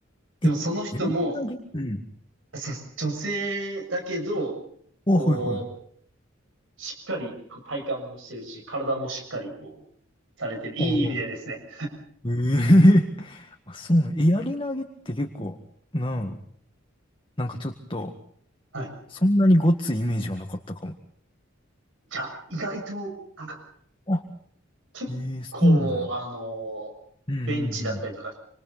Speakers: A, on the right; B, on the left.
A: でも、
B: え、
A: その人も、
B: やり投げうん。
A: そう、女性だけど、
B: あ、
A: こう、
B: はいはい。
A: しっかり、こう体幹もしてるし、体もしっかり、こう、されてる。いい意味でですね。
B: ああ、ええ <laughs> あ、そうね。え、やり投げって結構、なんやろ。なんかちょっと、
A: はい。
B: そんなにごっついイメージはなかったかも。
A: いや、意外と、なんか、
B: あ、
A: 結構、
B: ええそうなんや。
A: あの、
B: うんうんうん。
A: ベンチだったりとか、